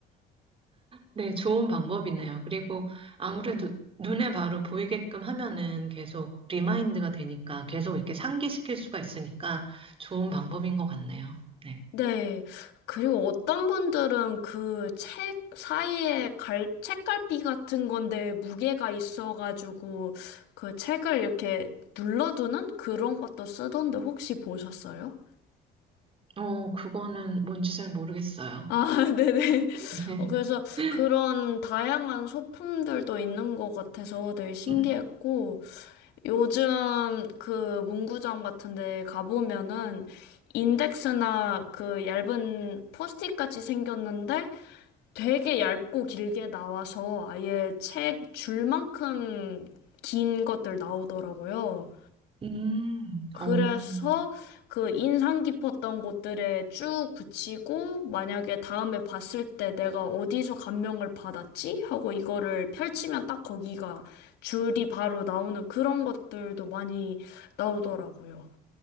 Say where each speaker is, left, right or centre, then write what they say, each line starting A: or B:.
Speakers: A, on the right; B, on the left.
A: 네, 좋은 방법이네요. 그리고 아무래도 눈에 바로 보이게끔 하면은 계속 리마인드가 되니까 계속 이렇게 상기시킬 수가 있으니까 좋은 방법인 것 같네요. 네.
B: 네. 그리고 어떤 분들은 그 책 사이에 갈, 책갈피 같은 건데 무게가 있어가지고 그 책을 이렇게 눌러두는 그런 것도 쓰던데 혹시 보셨어요?
A: 어, 그거는 뭔지 잘 모르겠어요.
B: 아, <laughs> 네네.
A: <laughs>
B: 어, 그래서 그런 다양한 소품들도 있는 것 같아서 되게 신기했고,
A: 음,
B: 요즘 그 문구점 같은 데 가보면은 인덱스나 그 얇은 포스트잇 같이 생겼는데, 되게 얇고 길게 나와서 아예 책 줄만큼 긴 것들 나오더라고요.
A: 음,
B: 그래서
A: 어.
B: 그 인상 깊었던 곳들에 쭉 붙이고 만약에 다음에 봤을 때 내가 어디서 감명을 받았지? 하고 이거를 펼치면 딱 거기가 줄이 바로 나오는 그런 것들도 많이 나오더라고요.